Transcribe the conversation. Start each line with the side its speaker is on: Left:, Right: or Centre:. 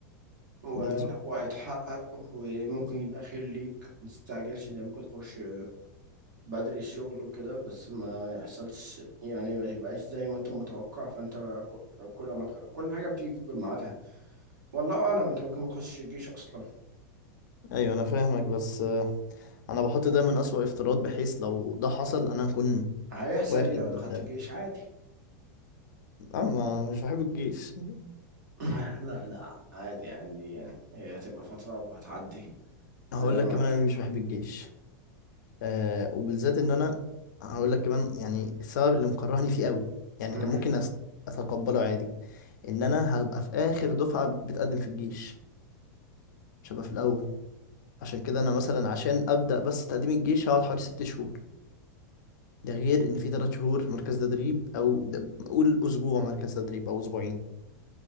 Right: و-
Left: بالظبط
Right: وهيتحقق وممكن يبقى خير ليك ما تستعجلش انت ممكن تخش بدري الشغل وكده بس ما يحصلش يعني ما تبقاش زي ما انت متوقع فانت ك- كل ما تخ- كل حاجه بتيجي في ميعادها والله اعلم انت ممكن ما تخشش الجيش اصلا
Left: ايوه انا فاهمك بس آه، انا بحط دايما اسوأ افتراض بحيث لو ده حصل انا اكون
Right: هيحصل
Left: واخد
Right: ايه لو دخلت الجيش عادي
Left: اه ما مش بحب الجيش
Right: <laughs> لا لا عادي عادي يعني هي هتبقى فتره وهتعدي
Left: هقول
Right: زي
Left: لك
Right: ما
Left: كمان انا مش بحب الجيش أه وبالذات ان انا هقول لك كمان يعني السبب اللي مكرهني فيه قوي يعني
Right: مم.
Left: كان ممكن أس- اتقبله عادي ان انا هبقى في اخر دفعه بتقدم في الجيش مش هبقى في الاول عشان كده انا مثلا عشان ابدا بس تقديم الجيش هقعد حوالي ست شهور ده غير ان في ثلاث شهور مركز تدريب او ده- قول اسبوع مركز تدريب او اسبوعين